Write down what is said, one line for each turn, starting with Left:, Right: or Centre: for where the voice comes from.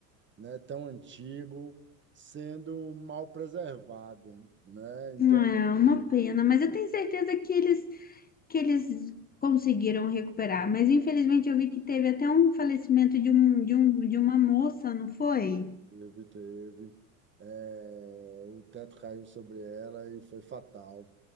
Right: né, tão antigo, sendo mal preservado, né? Então,
Left: É uma pena, mas eu tenho certeza que eles, que eles conseguiram recuperar. Mas infelizmente eu vi que teve até um falecimento de, um, de, um, de uma moça, não foi?
Right: teve, teve. É, o teto caiu sobre ela e foi fatal.